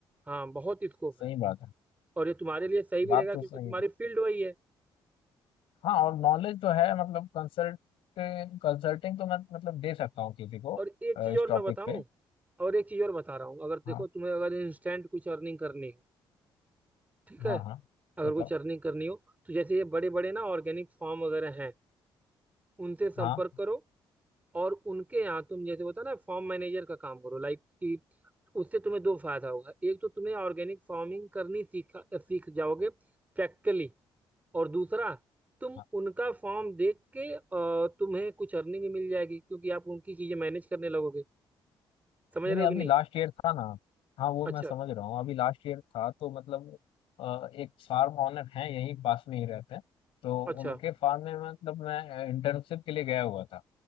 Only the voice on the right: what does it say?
हाँ बहुत स्कोप
है
और ये तुम्हारे लिए सही भी
रहेगा
क्योंकि
तुम्हारी
फील्ड वही है
और एक
चीज
और
मैं बताऊं
और एक चीज और बता रहा हूँ अगर देखो
तुम्हें अगर इंस्टेंट कुछ अर्निंग करनी हो ठीक है
अगर
कुछ अर्निंग करनी हो तो जैसे ये बड़े बड़े ना ऑर्गेनिक फार्म वगैरह हैं उनसे संपर्क
करो और उनके यहाँ तुम जैसे होता है ना फॉर्म मैनेजर का काम करो लाइक कि उससे तुम्हें दो फायदा होगा एक तो तुम्हें ऑर्गेनिक फार्मिंग करनी सीखा सीख जाओगे प्रैक्टिकली और दूसरा तुम
उनका फॉर्म देख के अ, तुम्हें कुछ अर्निंग मिल जाएगी क्योंकि आप उनकी चीजें मैनेज करने लगोगे समझ
रहे
हो
कि नहीं
अच्छा
अच्छा